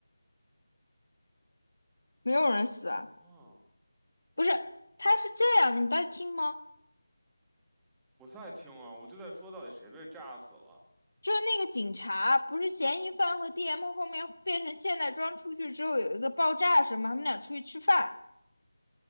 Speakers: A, on the left; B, in the centre.
A: 没有人死啊，
B: 啊，
A: 不是，他是这样的，你在听吗？
B: 我在听啊，我就在说到底谁被炸死了？
A: 就是那个警察，不是嫌疑犯和 DM 后面变成现代装出去之后有一个爆炸什么，他们俩出去吃饭，